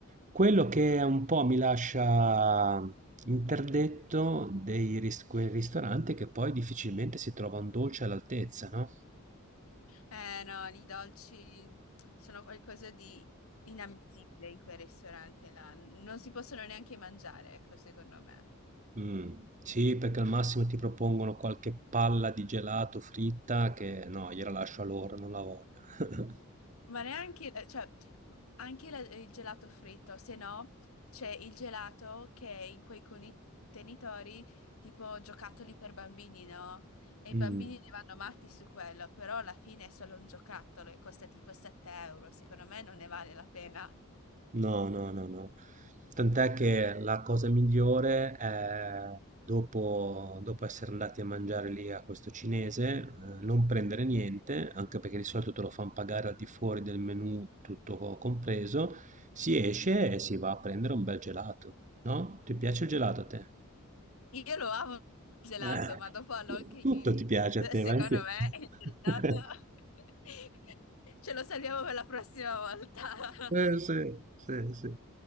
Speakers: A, on the right; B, on the left.
A: Quello che un po' mi lascia interdetto dei ris quei ristoranti è che poi difficilmente si trova un dolce all'altezza, no.
B: Eh no, i dolci sono qualcosa di inammissibile in quel ristorante là. Non si possono neanche mangiare, ecco, secondo me.
A: Mh, sì, perché al massimo ti propongono qualche palla di gelato fritta che no, gliela lascio a loro, non la voglio. <laughs>
B: Ma neanche, eh, cioè, anche la- il gelato fritto, se no c'è il gelato che è in quei contenitori tipo giocattoli per bambini, no? E
A: Mh.
B: i bambini ne vanno matti su quello, però alla fine è solo un giocattolo e costa tipo 7 euro, secondo me non ne vale la pena.
A: No, no, no, no. Tant'è che la cosa migliore è dopo, dopo essere andati a mangiare lì a questo cinese, eh, non prendere niente, anche perché di solito te lo fanno pagare al di fuori del menù tutto co- compreso, si esce e si va a prendere un bel gelato, no? Ti piace il gelato a te?
B: Io lo amo il gelato,
A: Eh,
B: ma dopo all'all
A: tu-
B: che
A: tutto
B: you can
A: ti piace
B: eat,
A: a te,
B: secondo
A: vai in giro.
B: me il gelato
A: <laughs>
B: <laughs> ce lo salviamo per la prossima volta.
A: Eh,
B: <laughs>
A: sì, sì, sì.